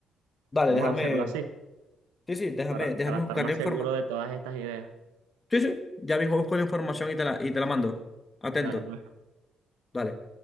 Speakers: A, on the left; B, on the right.
A: Dale,
B: Vamos
A: déjame.
B: a hacerlo así,
A: Sí, sí, déjame,
B: para,
A: déjame
B: para estar
A: buscar
B: más
A: la información.
B: seguro de todas estas ideas.
A: Sí, sí, ya mismo busco la información y te la, y te la mando. Atento,
B: Dale, pues.
A: dale.